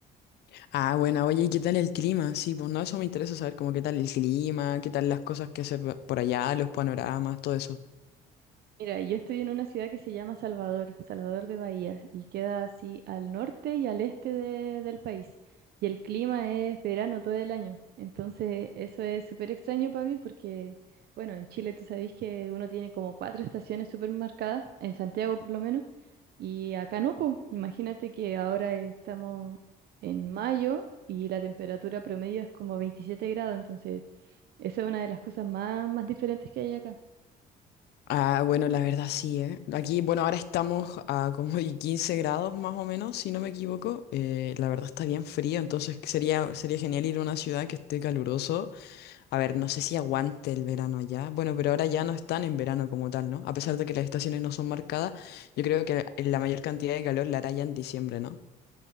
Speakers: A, on the left; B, on the right.
A: Ah, bueno, oye, ¿y qué tal el clima? Sí, pues no, eso me interesa saber, como qué tal el clima, qué tal las cosas que hacer por allá, los panoramas, todo eso.
B: Mira, yo estoy en una ciudad que se llama Salvador, Salvador de Bahía, y queda así al norte y al este de- del país. Y el clima es verano todo el año. Entonces, eso es súper extraño para mí porque, bueno, en Chile tú sabes que uno tiene como cuatro estaciones súper marcadas, en Santiago por lo menos, y acá no, pues. Imagínate que ahora estamos en mayo y la temperatura promedio es como 27 grados, entonces esa es una de las cosas más, más diferentes que hay acá.
A: Ah, bueno, la verdad sí, ¿eh? Aquí, bueno, ahora estamos a como y 15 grados más o menos, si no me equivoco. Eh, la verdad está bien frío, entonces sería, sería genial ir a una ciudad que esté caluroso. A ver, no sé si aguante el verano allá. Bueno, pero ahora ya no están en verano como tal, ¿no? A pesar de que las estaciones no son marcadas, yo creo que la mayor cantidad de calor la hará ya en diciembre, ¿no?